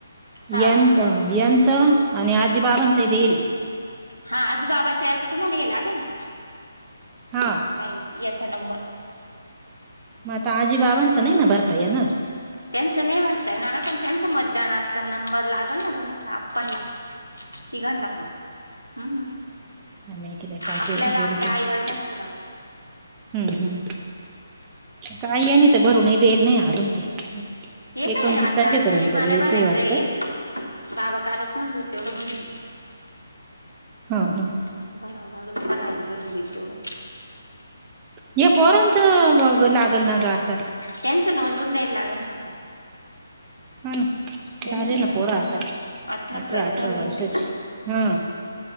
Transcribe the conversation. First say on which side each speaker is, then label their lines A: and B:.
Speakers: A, on the right (about 85°); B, on the right (about 20°).
A: हा
B: यां- यांचं आणि आजी बाबांच देईली.
A: हा आजीबाबाच आहे ते तुम्हाला हे लागन.
B: हा
A: काय याचा नंबर.
B: म तर आजी बाबाच नाही ना भरता येणार.
A: त्यांच नाही भरता येणार पण त्यांच मतदानाचा नंबर लागन ना तुम्हाला आपाणला. तिघांना पण हम्म
B: ह नाही ते बई काय
A: आपल्याला
B: <unintelligible>
A: आपल्या आई वडिलांच लागल.
B: हम्म हम्म गाई आणि ते भरूनही देल नाही अजून ते
A: हे काय
B: एकोणतीस
A: आता
B: तारखेपर्यंत
A: आणलंय मला
B: द्यायचंय
A: भरायचं
B: वाटतं.
A: हे बाबा कालच म्हणत होते तेवढं भरून द्या
B: हा हा
A: आता भरावं लागल <unintelligible> भरून देईल तेवढं.
B: हे पोरांच मग लागल ना ग आता.
A: त्यांच नोंदून द्यायला लागल ना आता.
B: हा ना
A: त्यांची
B: झाले
A: नोंदणी
B: ना पोरं
A: होऊन
B: आता
A: जा अठरा प्लस
B: अठरा
A: झाले
B: वर्षाचे
A: ना ते
B: हा